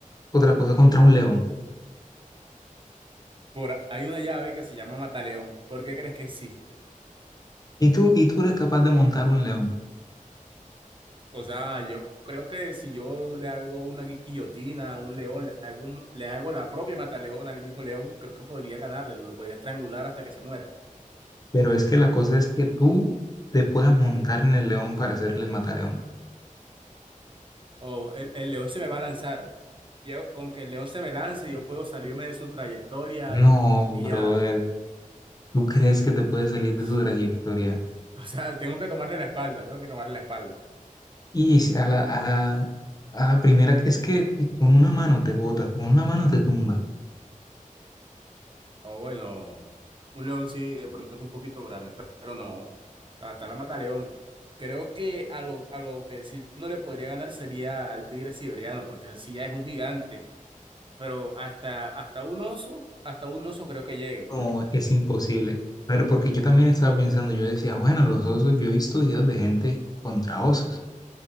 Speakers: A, on the left; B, on the right.
A: otra cosa, contra un león.
B: por, hay una llave que se llama Mataleón. ¿Por qué crees que existe?
A: Y tú, y tú eres capaz de montar un león,
B: O sea, yo creo que si yo le hago una guillotina a un león, le hago, un- le hago la propia mataleón al mismo león, creo que podría ganarle, lo podría estrangular hasta que se muera.
A: pero es que la cosa es que tú te puedas montar en el león para hacerle el mataleón.
B: Oh, el, el león se me va a lanzar. Yo, con que el león se me lance, yo puedo salirme de su trayectoria
A: No,
B: y podría...
A: brother, ¿tú crees que te puedes salir de
B: <laughs>
A: su trayectoria?
B: O sea, tengo que tomarle la espalda, tengo que tomarle la espalda.
A: Y si a la, a la, a la primera, es que con una mano te botas, con una mano te tumba.
B: O bueno, un león sí, de pronto es un poquito grande, pe- pero no. O sea, hasta la mata león. Creo que a lo, a lo que sí no le podría ganar sería al tigre siberiano, porque ese sí ya es un gigante. Pero hasta, hasta un oso, hasta un oso creo que llegue.
A: No, es imposible. Pero porque yo también estaba pensando, yo decía, bueno, los osos, yo he visto videos de gente contra osos,